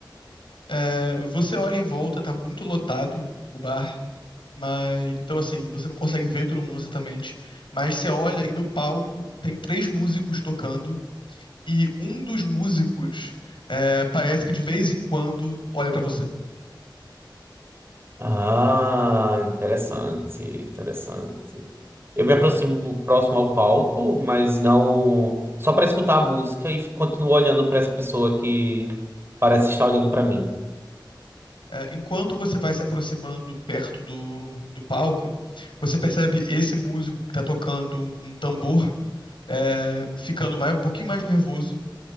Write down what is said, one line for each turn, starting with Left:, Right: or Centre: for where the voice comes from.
Left: É, você olha em volta, tá muito lotado o bar, mas então assim, você não consegue ver todo mundo exatamente, mas você olha e no palco tem três músicos tocando e um dos músicos é, parece que de vez em quando olha pra você.
Right: Ah, interessante, interessante. Eu me aproximo próximo ao palco, mas não só para escutar a música e f- continuo olhando para essa pessoa que parece estar olhando para mim.
Left: É, enquanto você vai se aproximando perto do, do palco, você percebe esse músico que tá tocando um tambor é, ficando mais, um pouquinho mais nervoso